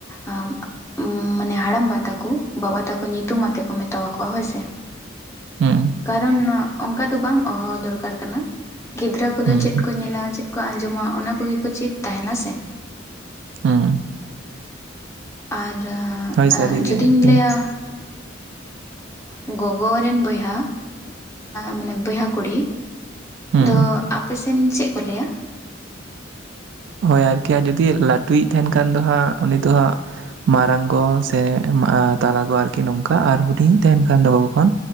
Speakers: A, on the left; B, on the right.
A: <unintelligible> <unintelligible> ᱢᱟᱱᱮ ᱦᱟᱲᱟᱢᱵᱟ ᱛᱟᱠᱚ, ᱵᱟᱵᱟ ᱛᱟᱠᱚ ᱧᱩᱛᱩᱢ ᱟᱛᱮ ᱠᱚ ᱢᱮᱛᱟᱣ ᱟᱠᱚᱣᱟ ᱦᱳᱭ ᱥᱮ᱾
B: ᱦᱩᱸ,
A: ᱠᱟᱨᱚᱱ ᱚᱱᱠᱟ ᱫᱚ ᱵᱟᱝ ᱦᱚᱦᱚ ᱫᱚᱨᱠᱟᱨ ᱠᱟᱱᱟ᱾ ᱜᱤᱫᱽᱨᱟᱹ ᱠᱚᱫᱚ
B: ᱦᱩᱸ,
A: ᱪᱮᱫ ᱠᱚ ᱧᱮᱞᱟ, ᱪᱮᱫ ᱠᱚ ᱟᱸᱡᱚᱢᱟ, ᱚᱱᱟ ᱠᱚᱜᱮ ᱠᱚ ᱪᱮᱫ ᱛᱟᱦᱮᱱᱟ ᱥᱮ᱾
B: ᱦᱩᱸ,
A: ᱟᱨ
B: ᱦᱳᱭ
A: ᱮᱸᱜ
B: ᱥᱟᱹᱨᱤᱜᱮ
A: ᱡᱩᱫᱤᱧ
B: ᱟᱨᱠᱤ
A: ᱞᱟᱹᱭᱟᱼᱼ ᱩᱸᱜ ᱜᱚᱜᱚ ᱨᱮᱱ ᱵᱚᱭᱦᱟ, ᱢᱟᱱᱮ ᱵᱚᱭᱦᱟ ᱠᱩᱲᱤ᱾
B: ᱦᱩᱸ᱾
A: ᱫᱚ, ᱟᱯᱮ ᱥᱮᱱ ᱪᱮᱫ ᱠᱚ ᱞᱟᱹᱭᱟ?
B: ᱦᱳᱭ ᱟᱨᱠᱤ᱾ ᱡᱩᱫᱤ ᱞᱟᱹᱴᱩᱭᱤᱡ ᱛᱟᱦᱮᱱ ᱠᱷᱟᱱ ᱫᱚ ᱦᱟᱸᱜ, ᱩᱱᱤ ᱫᱚᱼᱼ ᱢᱟᱨᱟᱝ ᱜᱚ, ᱥᱮ ᱮᱸ ᱛᱟᱞᱟ ᱜᱚ ᱟᱨᱠᱤ ᱱᱚᱝᱠᱟ᱾ ᱟᱨ ᱦᱩᱰᱤᱧᱤᱡ ᱛᱟᱦᱮᱱ ᱠᱷᱟᱱ ᱫᱚ ᱜᱚᱜᱚ ᱠᱷᱚᱱᱼᱼ